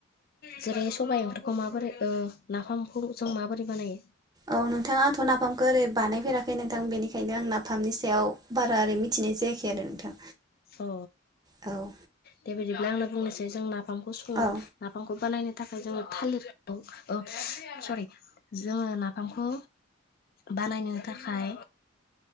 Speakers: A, on the left (about 50°); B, on the right (about 20°).
A: जेरै सबाइ ओंख्रिखौ माबोरै ओ नाफामखौ जों माबोरै बानायो?
B: औ नोंथाङा आंथ नाफामखौ ओरै बानायफेराखै नो दां बेनिखायनो आं नाफामनि सायाव बारा ओरै मिथिनाय जायाखै आरो नोंथां
A: अ
B: औ।
A: दे बिदिब्ला आंनो बुंनोसै जों नाफ फामखौ संनो
B: औ
A: नाफामखौ बानायनो थाखाय जोङो थालिरखौ ओ सरि जोङो नाफामखौ बानायनो थाखाय